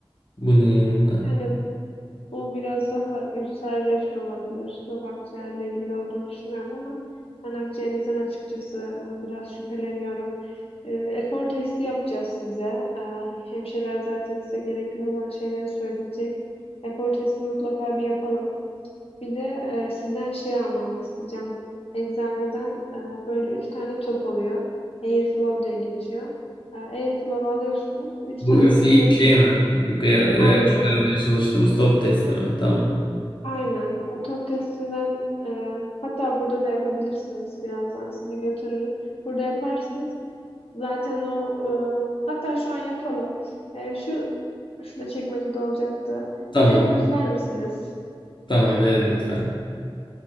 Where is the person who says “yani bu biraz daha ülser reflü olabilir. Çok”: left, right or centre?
Left